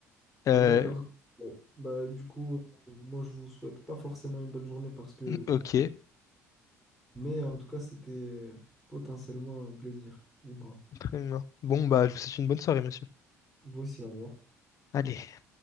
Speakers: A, on the left; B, in the centre.
A: Euh,
B: D'accord. Ouais. Bah, du coup, euh, moi, je vous souhaite pas forcément une bonne journée parce que... vous-
A: ok,
B: Mais en tout cas, c'était euh, potentiellement un plaisir, ou pas.
A: très bien. Bon, bah, je vous souhaite une bonne soirée, monsieur.
B: Vous aussi, au revoir.
A: Allez.